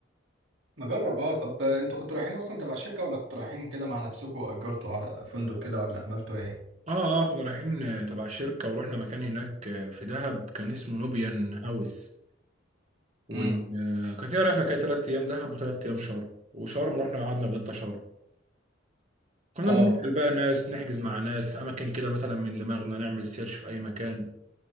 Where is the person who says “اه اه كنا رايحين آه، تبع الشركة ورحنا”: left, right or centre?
Right